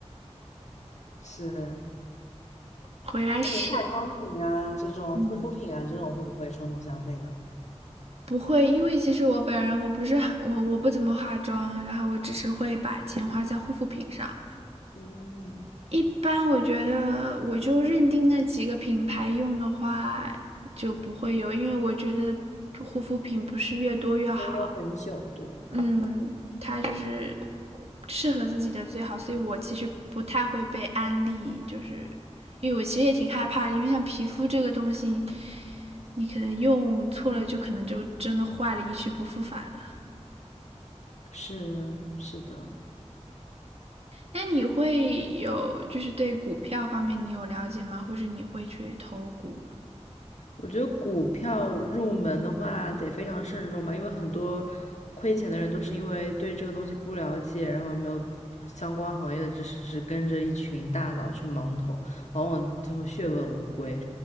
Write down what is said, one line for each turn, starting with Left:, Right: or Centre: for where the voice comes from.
Left: 是，
Right: 回来试，
Left: 那你化妆品啊这种护肤品啊这种会不会冲动消费呢？
Right: 嗯，不会，因为其实我本人我不是很我我不怎么化妆，然后我只是会把钱花在护肤品上。
Left: 嗯，
Right: 一般我觉得我就认定那几个品牌用的话就不会有，因为我觉得护肤品不是越多越好。
Left: 也有很久，对，
Right: 嗯，他就是适合自己的最好，所以我其实不太会被安利，就是因为我其实也挺害怕的，因为像皮肤这个东西，你可能用错了，就可能就真的坏了，一去不复返了。
Left: 是是的。
Right: 那你会有就是对股票方面你有了解吗？或者你会去投股吗？
Left: 我觉得股票入门的话得非常慎重吧，因为很多亏钱的人都是因为对这个东西不了解，然后没有相关行业的知识，只跟着一群大佬去盲投，往往最后血本无归。